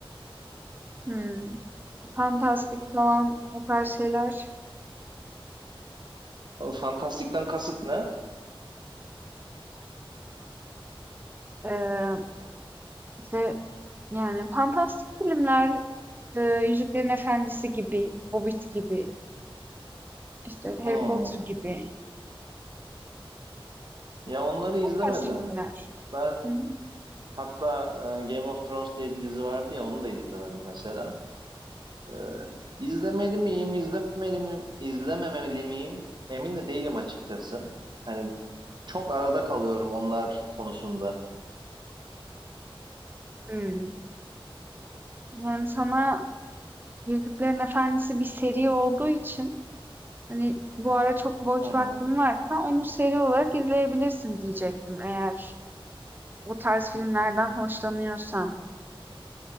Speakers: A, on the right; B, on the right.
A: Hımm, fantastik falan o tarz şeyler.
B: O Fantastikten kasıt ne?
A: Eee, işte, yani, fantastik filmler, eee, Yüzüklerin Efendisi gibi, Hobbit gibi, işte, Harry
B: Hmm.
A: Potter gibi
B: Ya onları izlemedim.
A: o tarz filmler.
B: Hatta
A: Hı hı.
B: hatta e, Game of Thrones diye bir dizi vardı ya onu da izlemedim mesela. Ee, izlemeli miyim, izlemeli miyim, izlememeli miyim? Emin de değilim açıkçası. Hani çok arada kalıyorum onlar konusunda.
A: Hımm. Yani, sana Yüzüklerin Efendisi bir seri olduğu için, hani, bu ara çok boş
B: Hı hı.
A: vaktin varsa onu seri olarak izleyebilirsin diyecektim eğer o tarz filmlerden hoşlanıyorsan.